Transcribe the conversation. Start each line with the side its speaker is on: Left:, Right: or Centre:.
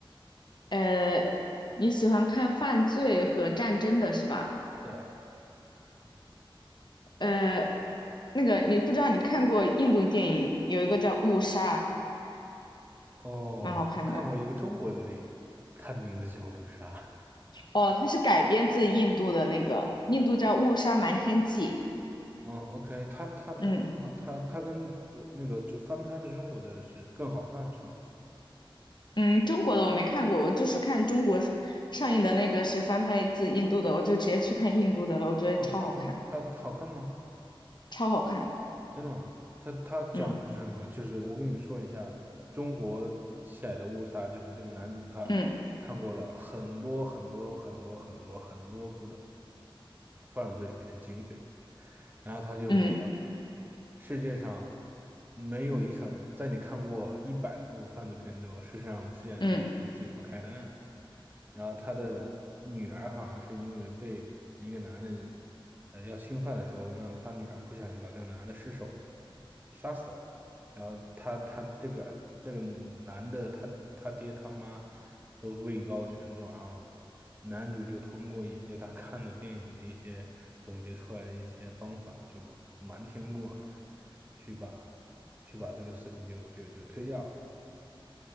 Left: 呃，你喜欢看犯罪和战争的是吧？
Right: 对啊，
Left: 呃，那个你不知道你看过印度电影，有一个叫《误杀》，
Right: 哦，
Left: 蛮好看的。
Right: 我看过一个中国的电影，它的名字叫《误杀》。
Left: 哦，它是改编自印度的那个，印度叫《误杀瞒天记》。
Right: 嗯，OK，它它它它它它跟呃那个就翻拍的中国的是更好看是吗？
Left: 嗯嗯，中国的我没看过，我就是看中国上映的那个是翻拍自印度的，我就直接去看印度的了，我觉得超好看，
Right: 好看吗？它好看吗？
Left: 超好看。
Right: 真的吗？他他讲的是什么？
Left: 嗯
Right: 就是我跟你说一下，中国起来的误杀，就是这个男主他看过了很多很多很多很多很多部的
Left: 嗯
Right: 犯罪片、警匪片，然后他就说，
Left: 嗯
Right: 世界上没有一场在你看过一百部犯罪片之后，世上世界上就你解不开的案子。
Left: 嗯
Right: 然后他的女儿好像是因为被一个男的，呃，要侵犯的时候，让他女儿不小心把这个男的失手杀死了。然后他他这个这个男的他他爹他妈都位高权重，然后男主就通过一些他看的电影的一些总结出来的一些方法，就瞒天过海，去把去把这个事情就就就推掉了。